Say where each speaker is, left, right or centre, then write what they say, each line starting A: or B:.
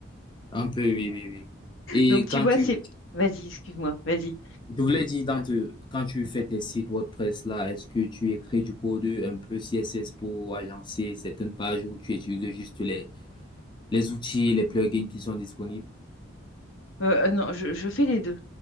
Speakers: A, on the left; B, on the left.
A: Un peu, oui, oui, oui. Et
B: Donc tu
A: quand
B: vois,
A: tu,
B: c'est... Vas-y, excuse-moi, vas-y.
A: Je voulais dire, dans te- quand tu fais tes sites WordPress là, est-ce que tu écris du code un peu CSS pour agencer certaines pages ou tu utilises juste les, les outils et les plugins qui sont disponibles?
B: Euh, euh, non, je, je fais les deux.